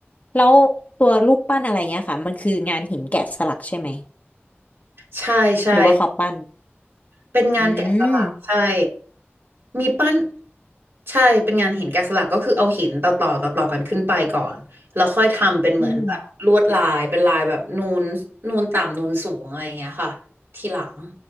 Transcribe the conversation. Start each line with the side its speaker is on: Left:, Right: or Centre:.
Left: แล้วตัวรูปปั้นอะไรเงี้ยค่ะมันคืองานหินแกะสลักใช่ไหม
Right: ใช่ใช่
Left: หรือว่าเขาปั้น
Right: เป็นงานแกะสลักใช่
Left: อืม
Right: มีปั้นใช่เป็นงานหินแกะสลักก็คือเอาหินต่อต่อต่อต่อกันขึ้นไปก่อนแล้วค่อยทำเป็นเหมือนแบบลวดลายเป็นลายแบบนูนนูนต่ำนูนสูงอะไรอย่างเงี้ยค่ะทีหลัง
Left: อืม